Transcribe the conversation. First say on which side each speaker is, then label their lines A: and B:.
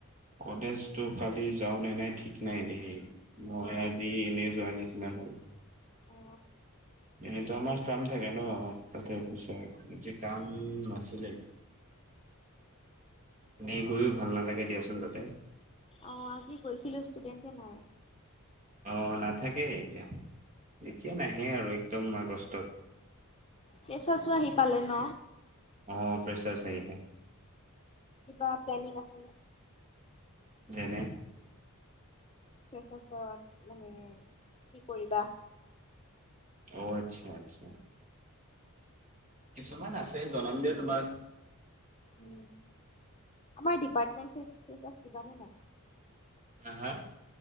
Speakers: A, on the right; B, on the left.
A: কলেজতো কালি যাওঁ ন নাই ঠিক নাই দেই। মই
B: অ
A: আজি এনেই যোৱা নিছিনা। কিমান হল
B: অ
A: এইটো আমাৰ কাম থাকে ন? তাতে
B: উম
A: অফিচত যে কাম নাছিলে। ম কৰিও ভাল নালাগে দিয়াচোন তাতে
B: অ কি কৰিছিলো ষ্টুডেণ্ট। নাই।
A: অ নাথাকেই এতিয়া এতিয়া নাহে আৰু একদম আগষ্টত।
B: ফ্ৰেচাৰ্ছো আহি পালে ন
A: অ ফেচাৰ্চ আহিলে।
B: কিবা প্লেনিং আছে ন?
A: যেনে
B: তাৰপিছত মানে কি কৰিবা।
A: অ আচ্ছা আচ্ছা। কিছুমান আছে জনম দিয়া তোমাক।
B: উ আমাৰ ডিপাৰ্টমেট আ দিব নে নাই।
A: হা হা।